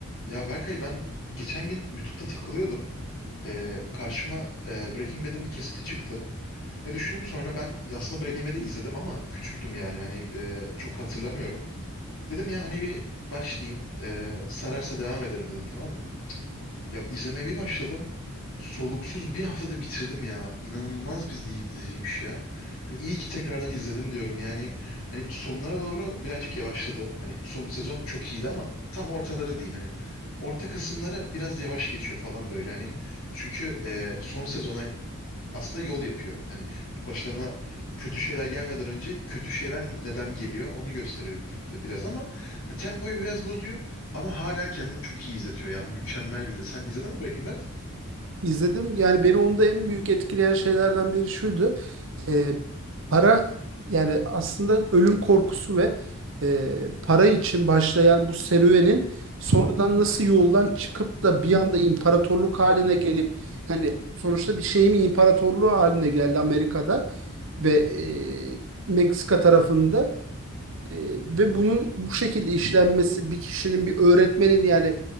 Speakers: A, on the left (about 65°); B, on the right (about 60°).
A: Ya Berkay ben geçen gün YouTube'da takılıyordum. Ee, karşıma e, Breaking Bad'in bir kesiti çıktı. Ya düşündüm sonra ben aslında Breaking Bad'i izledim ama küçüktüm yani hani e, çok hatırlamıyorum. Dedim ya hani bir başlayayım e, sararsa devam ederim dedim tamam mı? Ya izlemeye bir başladım. Soluksuz bir haftada bitirdim ya. İnanılmaz bir dizi- diziymiş ya. Hani iyi ki tekrardan izledim diyorum. Yani hani sonlara doğru birazcık yavaşladı. Hani son sezon çok iyiydi ama tam ortaları diyeyim. Hani orta kısımlara biraz yavaş geçiyor falan böyle. Hani çünkü e, son sezona aslında yol yapıyor. Hani başlarına kötü şeyler gelmeden önce kötü şeyler neden geliyor onu gösteriyor biraz ama ha, tempoyu biraz bozuyor ama hala kendini çok iyi izletiyor ya. Mükemmel bir dizi. Sen izledin mi Breaking Bad?
B: İzledim. Yani beni onda en büyük etkileyen şeylerden biri şuydu. Ee, para yani aslında ölüm korkusu ve e, para için başlayan bu serüvenin sonradan nasıl yoldan çıkıp da bir anda imparatorluk haline gelip hani sonuçta bir şeyin imparatorluğu haline geldi Amerika'da ve e, Meksika tarafında. E, ve bunun bu şekilde işlenmesi bir kişinin bir öğretmenin yani